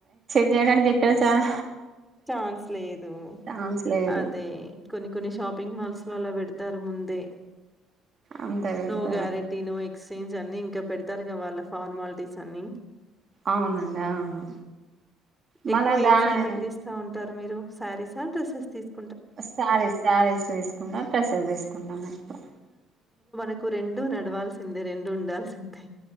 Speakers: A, on the right; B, in the centre.
A: చేయడానికి ఎక్కడ సార్
B: ఛాన్స్ లేదు
A: ఛాన్స్ లేదు
B: అది కొన్ని కొన్ని షాపింగ్ మాల్స్ ఇవాళ పెడతారు ముందే
A: అంతే పెడతారు
B: నో గ్యారెంటీ నో సీన్స్ అన్ని ఇంకా పెడతారు గా వాళ్ళ ఫార్మాలిటీస్ అన్ని
A: అవునండి అవును మల్ల
B: ఎక్కువ
A: దానీ
B: ఏం షాపింగ్ చేస్తా ఉంటారు మీరు సారీస్ ఆ డ్రెస్స ఆ తీసుకు
A: శారీస్ శారీస్ తీసుకుంటా పెసెస్ తీసుకుంటాం ఎప్పుడు
B: నాకు రెండు నడవాల్సిందే రెండు ఉండాల్సిందే